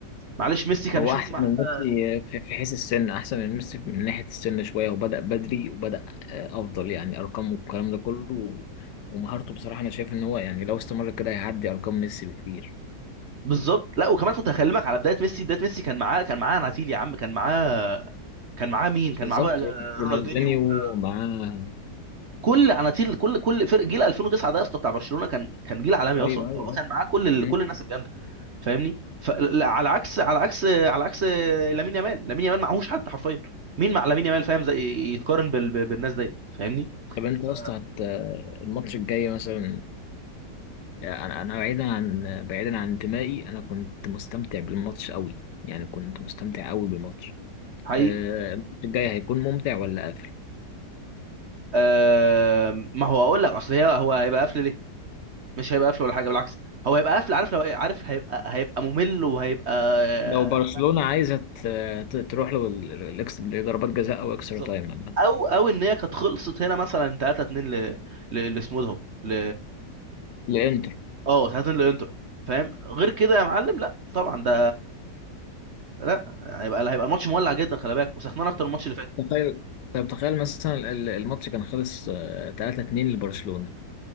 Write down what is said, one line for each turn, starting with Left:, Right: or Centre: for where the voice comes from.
Right: معلش ميسي كان
Left: هو
Right: شوف
Left: احسن
Right: معاه
Left: من ميسي في في حيث السن احسن من ميسي من ناحيه السن شويه وبدا بدري وبدا آه، افضل يعني ارقامه والكلام ده كله ومهارته بصراحه انا شايف ان هو يعني لو استمر كده هيعدي ارقام ميسي بكتير
Right: بالظبط لا وكمان كنت هكلمك على بدايه ميسي بدايه ميسي كان معاه كان معاه اناتيل يا عم كان معاه كان معاه مين كان
Left: بالظبط
Right: معاه بقى
Left: رونالدينيو
Right: رونالدينيو وكان-
Left: معاه
Right: كل اناتيل كل كل فرق جيل 2009 ده يا اسطى بتاع برشلونه كان كان جيل عالمي
Left: ايوه
Right: اصلا فهو
Left: ايوه
Right: كان
Left: ايوه
Right: معاه كل ال...
Left: مم.
Right: كل الناس الجامده فاهمني فعلى عكس على عكس على عكس لامين يامال لامين يامال معهوش حد حرفيا مين مع لامين يامال فاهم زي يتقارن بال... بال- بالناس دي فاهمني
Left: طب انت
Right: ف
Left: يا اسطى هت الماتش الجاي مثلا آه، انا انا بعيدا عن بعيدا عن انتمائي انا كنت مستمتع بالماتش قوي يعني كنت مستمتع قوي بالماتش
Right: حقيقي
Left: آه، الماتش الجاي هيكون ممتع ولا قافل
Right: آم، ما هو اقول لك اصل هي هو هيبقى قفل ليه مش هيبقى قفل ولا حاجه بالعكس هو هيبقى قفل عارف لو إيه؟ عارف هيبقى هيبقى ممل وهيبقى
Left: لو برشلونة
Right: ما-
Left: عايزة ت- ت- تروح له ال- ال- الإكس- لضربات جزاء او اكسترا
Right: بالظبط
Left: تايم عامة
Right: او او ان هي كانت خلصت هنا مثلا 3 2 ل ل- لاسمه ده هو. ل
Left: لانتر
Right: اه 3 2 لانتر فاهم غير كده يا معلم لا طبعا ده لا هيبقى هيبقى ماتش مولع جدا خلي بالك وسخنان اكتر من الماتش اللي فات
Left: تخيل طب تخيل مثلا ال- الماتش كان خلص 3 2 لبرشلونة